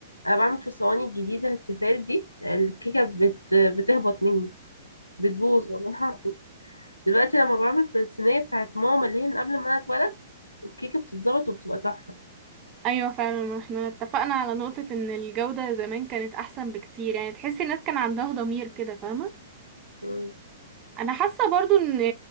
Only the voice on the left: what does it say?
انا بعمل في الصواني الجديده التيفال دي الكيكه بت... بتهبط مني بتبوظ والله العظيم دلوقتي لما بعمل في الصينيه بتاعت ماما اللي هي من قبل ما انا اتولد الكيكه بتتظبط وبتبقى تحفه
مم.